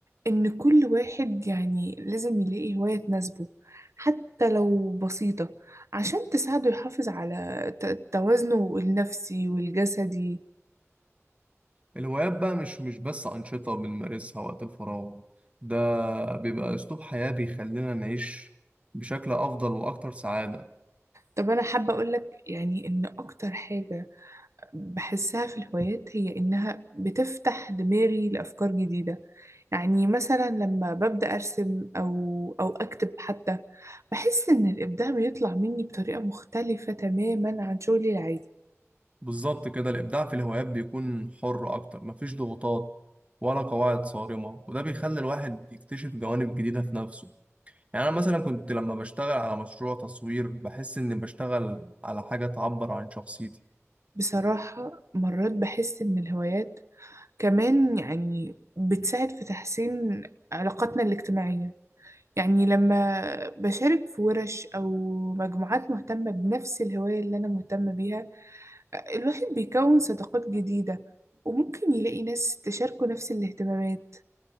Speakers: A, on the right; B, on the right.
A: إن كل واحد يعني لازم يلاقي هواية تناسبه حتى لو بسيطة عشان تساعده يحافظ على ت- توازنه النفسي والجسدي
B: الهوايات بقى مش مش بس أنشطة بنمارسها وقت الفراغ ده بيبقى أسلوب حياة بيخلينا نعيش بشكل أفضل وأكتر سعادة
A: طب أنا حابة أقولك يعني إن أكتر حاجة بحسها في الهوايات هي إنها بتفتح دماغي لأفكار جديدة يعني مثلا لما ببدأ أرسم أو أو أكتب حتى بحس إن الإبداع بيطلع مني بطريقة مختلفة تماما عن شغلي العادي
B: بالظبط كده الإبداع في الهوايات بيكون حر أكتر مفيش ضغوطات ولا قواعد صارمة وده بيخلي الواحد يكتشف جوانب جديدة في نفسه يعني أنا مثلا كنت لما بشتغل على مشروع تصوير بحس إني بشتغل على حاجة تعبر عن شخصيتي
A: بصراحة مرات بحس إن الهوايات كمان يعني بتساعد في تحسين علاقاتنا الاجتماعية يعني لما بشارك في ورش أو مجموعات مهتمة بنفس الهواية اللي أنا مهتمة بيها الواحد بيكون صداقات جديدة وممكن يلاقي ناس تشاركه نفس الاهتمامات